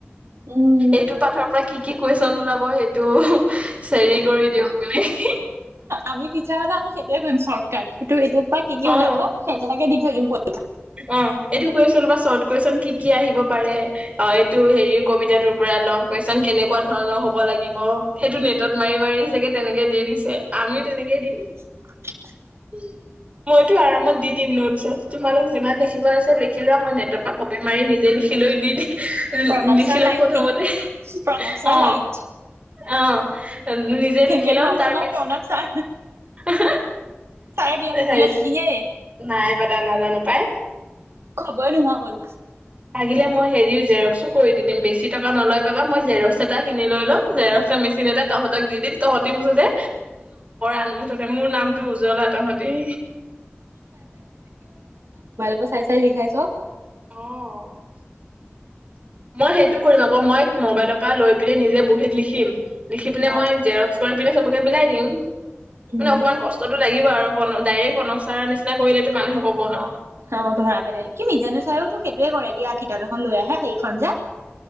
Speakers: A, on the right; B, on the right.
A: উম,
B: এইটো পাঠৰ পৰা কি কি কুৱেচন ওলাব হেটো <unintelligible> চেৰি কৰি দিয়ক বুলি হি হি <unintelligible>
A: আমি তিাৰলে আমি সেইয়োৱে কৰিম চৰ্টকাট এইটো এইটোৰ পা কি কি
B: অ',
A: ওলাব সেইকেইটে দি থৈ দিম ফুট
B: অ এইটো কুৱেচন বা শট কোৱেচন কি কি আহিব পাৰে অ এইটো হেৰি কবিতাটোৰ পৰা লং কুৱেশচন কেনেকুৱা ধৰণৰ হব লাগিব সেইটো নেটত মাৰি মাৰি চেগে তেনেকে দি দিছে আমিও তেনেকে দিম
A: <inaudible>
B: ওম মইতো আৰামত দি দিম নোট চুট তোমালোক যিমান লিখিব আছে লিখিলেও মই নেটৰ পৰা কপি মাৰি নিজে লিখিলৈ দি দিম লি
A: প্ৰণৱ
B: লিখি
A: ছাৰ
B: লম
A: লাইট
B: প্ৰথমতে
A: নেকি? প্ৰণৱ ছাই
B: অ
A: লাইট
B: অ নিজে
A: ফিমেল
B: লিখি লম
A: ভাৰ্চন
B: তাৰ পিছ
A: অফ প্ৰণৱ ছাৰ।
B: আ হা
A: ছাৰে বিয়া পাতিলে
B: হেই
A: নেকি হে?
B: হাই বাদা নাজানো পাই
A: খবৰে নোহোৱা হ'ল
B: লাগিলে মই হেৰিও জেৰক্সচো কৰি দি দিম বেছি টকা নলয় বা মই জেৰক্স এটা কিনি লৈ লম জেৰক্স মেচিন এটা তহতক দি দিম তহঁতি মুথতে আন মুঠতে মোৰ নামটো উজ্জ্বলা তহঁতি।
A: ত চাই চাই লিখাই চ।
B: অ মই সেইটো কৰিম আকৌ মই মোবাইলৰ পৰা লৈ পিনে নিজে বহীত লিখিম লিখি পিনে
A: অ'
B: মই জক <unintelligible> কৰি পিনে চবকে বিলাই দিম মানে
A: উম,
B: অকমান ক লাগিব আৰু ডাইৰেক্ট প্ৰনৱাৰ নিচিনা কৰিলে মানুহে কব ন।
A: অ ধৰা পেলাই দ কিমি জানো চাই তোক সেইটোৱে কৰে দিয়া কিতাপ এখন লৈ আহে সেইখন যে